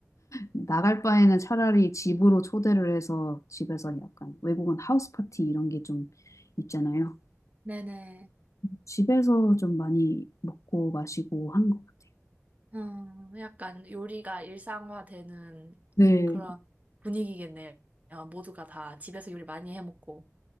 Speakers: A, on the left; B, on the right.
A: 나갈 바에는 차라리 집으로 초대를 해서 집에서 약간 외국은 하우스 파티 이런 게 좀 있잖아요.
B: 네네.
A: 집에서 좀 많이 먹고 마시고 하는 것 같아요.
B: 음, 약간 요리가 일상화되는
A: 네.
B: 그런 분위기겠네요. 모두가 다 집에서 요리 많이 해 먹고.